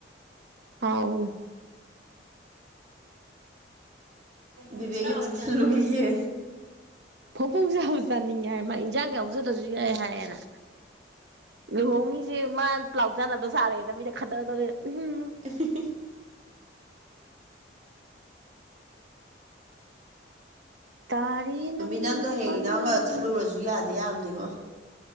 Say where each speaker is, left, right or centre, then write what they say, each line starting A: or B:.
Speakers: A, on the right; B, on the right.
A: ꯍꯥꯎꯅꯤ
B: ꯕꯤꯕꯦꯀ ꯑꯗꯨꯗ ꯆꯂꯨꯒꯤꯦ
A: ꯐꯣꯡ ꯐꯣꯡꯁꯕ ꯆꯥꯅꯤꯡꯉꯦ ꯍꯥꯏ ꯃꯥ ꯏꯟꯖꯥꯡ ꯌꯥꯎꯖꯗ꯭ꯔꯁꯨ ꯌꯥꯏ ꯍꯥꯏꯌꯦꯅ ꯂꯨꯍꯣꯡꯉꯤꯁꯦ ꯃꯥ ꯂꯥꯎ ꯆꯅꯕ ꯁꯥꯔꯦꯗ ꯃꯤꯗ ꯈꯊꯗꯧꯔꯦ ꯎꯝ
B: ꯑꯦ
A: ꯇꯥꯔꯤ
B: ꯑꯗꯨ
A: ꯅꯪꯁꯦ
B: ꯃꯤ ꯅꯪꯗꯣ ꯍꯌꯦꯡ
A: ꯈꯪꯖꯅ
B: ꯏꯅꯥꯎꯒ ꯆꯠꯂꯨꯔꯁꯨ ꯌꯥꯗꯦ ꯌꯥꯝꯅꯤꯉꯣ